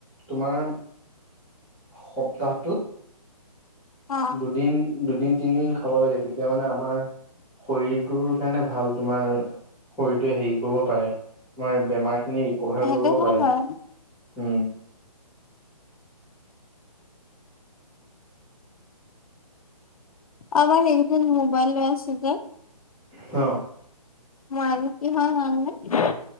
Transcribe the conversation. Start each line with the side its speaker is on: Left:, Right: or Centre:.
Centre: তোমাৰ সপ্তাহটোত
Left: অ',
Centre: দুদিন দুদিন তিনদিন খাব লাগে তেতিয়া মানে আমাৰ শৰীৰটোৰ কাৰণে ভাল তোমাৰ শৰীৰটোৱে হেৰি কৰিব পাৰে তোমাৰ বেমাৰখিনি ৰিকভাৰ
Left: সেইটো
Centre: কৰিব
Left: হয়
Centre: পাৰে
Left: বাৰু। আমাৰ এইকেইদিন মোবাইল লৈ আছে যে
Centre: অ
Left: মোৰ আজি কি হ'ল কও নে